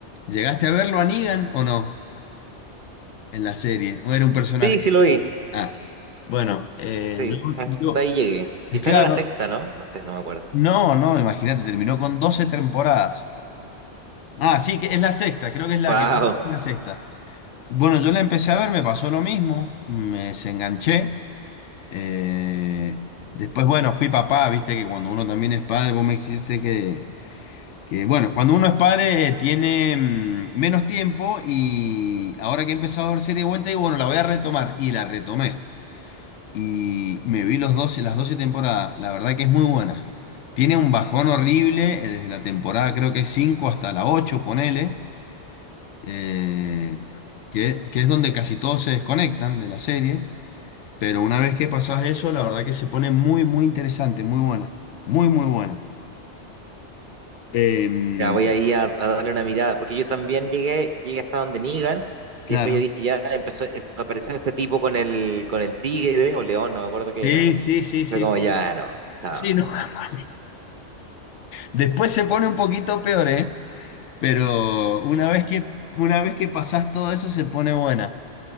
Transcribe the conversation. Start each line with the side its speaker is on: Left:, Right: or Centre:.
Left: ¿Llegaste a verlo a Negan o no? En la serie, o era un personaje.
Right: Sí, sí lo vi.
Left: Ah, bueno, eh,
Right: Sí, hasta
Left: yo, yo-
Right: ahí llegué.
Left: es
Right: Quizá
Left: claro,
Right: era la sexta, ¿no? No sé, no me acuerdo.
Left: no, no, imagínate, terminó con 12 temporadas. Ah, sí, que es la sexta, creo que es la
Right: Wow.
Left: que es la sexta. Bueno, yo la empecé a ver, me pasó lo mismo, me desenganché. eh, después, bueno, fui papá, viste que cuando uno también es padre, vos me dijiste que, que bueno, cuando uno es padre eh, tiene mm, menos tiempo y ahora que he empezado a ver serie de vuelta, y bueno, la voy a retomar. Y la retomé. Y me vi los 12 las 12 temporadas, la verdad que es muy buena. Tiene un bajón horrible eh, desde la temporada, creo que 5 hasta la 8 ponele eh, que, que es donde casi todos se desconectan de la serie, pero una vez que pasás eso, la verdad que se pone muy, muy interesante, muy buena, muy, muy buena. Em,
Right: Ya voy ahí a, a darle una mirada, porque yo también llegué, llegué hasta donde Negan,
Left: claro.
Right: y después yo dije, ya empezó, eh, apareció ese tipo con el, con el tigre, o león, no me acuerdo qué
Left: Sí,
Right: era,
Left: sí, sí, sí,
Right: fue como,
Left: sí.
Right: ya, no, chao.
Left: Sí, no, <laughs> vale. Después se pone un poquito peor, ¿eh? Pero una vez que, una vez que pasás todo eso, se pone buena.